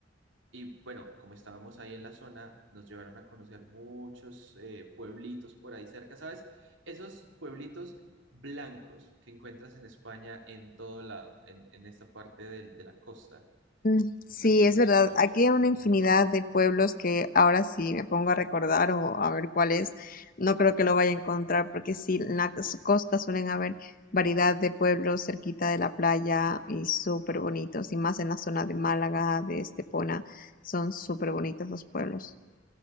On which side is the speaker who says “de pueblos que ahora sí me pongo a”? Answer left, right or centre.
Left